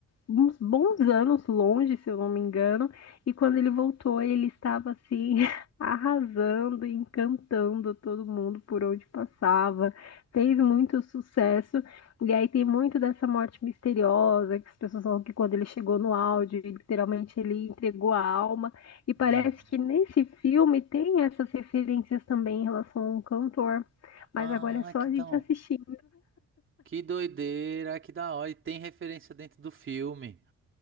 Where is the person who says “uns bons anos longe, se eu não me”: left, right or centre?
Left